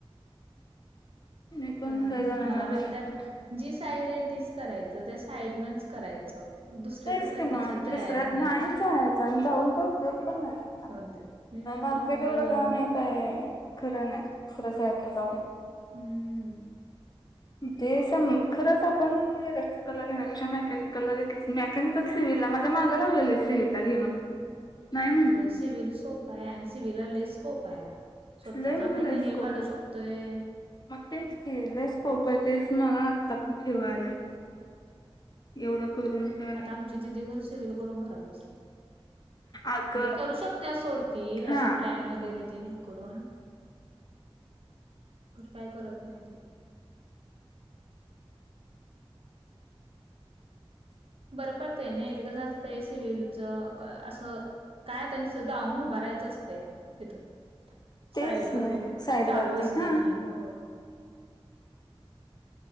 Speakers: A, on the left; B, on the right.
A: मी पण
B: बघा म
A: लय जणांना
B: मला म्हणत्यात
A: रिझ्यूम पाठवला
B: जी साईड आहे तीच करायचं त्या साईडनच करायचं. दुसऱ्या
A: होईच
B: तिसऱ्यात
A: कि मग
B: कशात जायचं
A: दुसऱ्यात नाही जायाचं आणि जाऊन काय उपयोग पण नाही आता.
B: म्हणतात मी म्हटलं
A: हा मार्केट
B: होय
A: एवढं
B: होय
A: घाण
B: म्हटलं
A: आहे काय खरं नाही दुसऱ्या साईडला जाऊन.
B: हम्ममम्
A: ते स खरच आपण इलेक्ट्रीकला घेण्यापेक्षा मेकॅनिककला घेतलं मेक मेकॅनिकल, सिव्हिलला माझ्या माग लागलेले सिव्हिल ला घे म्हणून नाही म्ह
B: होय सिवील सोप आहे आणि सिवीला लई स्कोप आहे. स्वतःच
A: लय म्हणजे
B: आपण
A: लय
B: हे
A: स्कोप
B: काढू
A: आहे
B: शकतोय.
A: मग तेच की लई स्कोप आहे तेच मला आत्ता पण हे व्हायल. एवढ करून काय
B: आता आमची दिदी खरं सीविल करून घरात बसली.
A: अगं
B: म्हणजे करू शकत्या सोड ती
A: हा
B: असं प्लॅन वगैरे तीनं हे करून खरं काय करत नाही ती.
A: <inaudible>
B: बरं पडतय नई ते कसं असतं सिवलच असं काय आता नुसत जाऊन उभारायचं असतया तिथं.
A: तेच
B: साईट
A: व्हय
B: वगैरे
A: साईड
B: चालू
A: वरती
B: असली
A: हा
B: की होय.